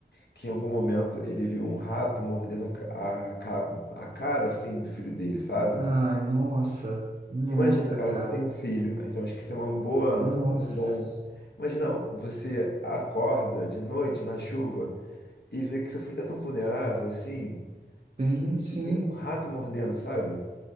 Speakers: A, on the left; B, on the right.
A: que em algum momento ele viu um rato mordendo a, ca- a, ca- a cara, assim, do filho dele, sabe?
B: Ai, nossa, nossa,
A: Imagina, cara,
B: cara,
A: você tem um filho, então acho que isso é uma boa,
B: nossa.
A: é um bom... Imagina, você acorda de noite na chuva e vê que seu filho tá tão vulnerável, assim,
B: Sim,
A: que
B: sim,
A: tem um rato mordendo, sabe?